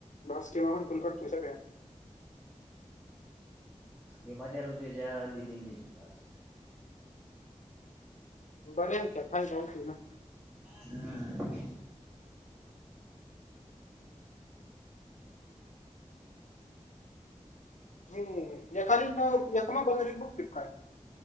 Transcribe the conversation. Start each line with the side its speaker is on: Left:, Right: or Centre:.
Left: बास ठेवा म्हणतोय करतोय सगळ्या.
Right: हे मध्येला तेजा दिदीन दिलती वाटत.
Left: बरं आहे का? <unintelligible> होती ना.
Right: हम्म,
Left: हम्म, एका <unintelligible> बघतेत काय?